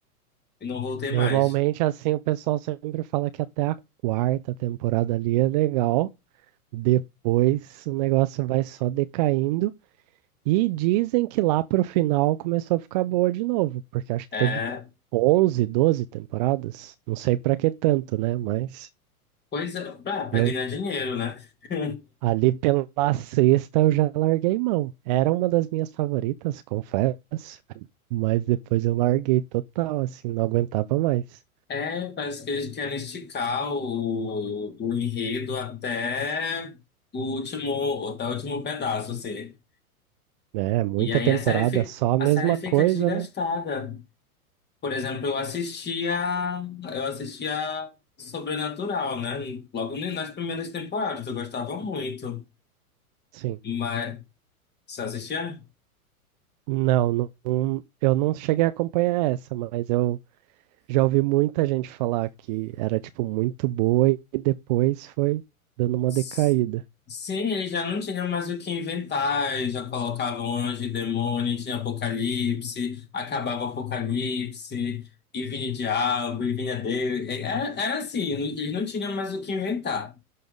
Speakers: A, on the left; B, on the right.
A: e não voltei
B: normalmente
A: mais.
B: assim o pessoal sempre fala que até a quarta temporada ali é legal, depois o negócio vai só decaindo e dizem que lá pro final começou a ficar boa de novo, porque acho que
A: É,
B: teve 11, 12 temporadas, não sei pra que tanto, né? Mas
A: pois é, pra, pra
B: eu
A: ganhar dinheiro, né? <laughs>
B: Ali pela sexta eu já larguei mão. Era uma das minhas favoritas, confesso, mas depois eu larguei total, assim, não aguentava mais,
A: É, parece que eles querem esticar o, o enredo até o último, até o último pedaço, assim.
B: né? Muita
A: E aí
B: temporada,
A: a série fica,
B: só a
A: a
B: mesma
A: série fica
B: coisa,
A: desgastada.
B: né?
A: Por exemplo, eu assistia, eu assistia Sobrenatural, né? Logo nas primeiras temporadas, eu gostava muito.
B: Sim.
A: Mas você assistia?
B: Não, não, não- eu não cheguei a acompanhar essa, mas eu já ouvi muita gente falar que era, tipo, muito boa e depois foi dando uma
A: S-
B: decaída.
A: Sim, eles já não tinham mais o que inventar, eles já colocavam anjo e demônio, tinha apocalipse, acabava o apocalipse, e vinha o diabo, e vinha Deus. E Era, era assim, eles não tinham mais o que inventar.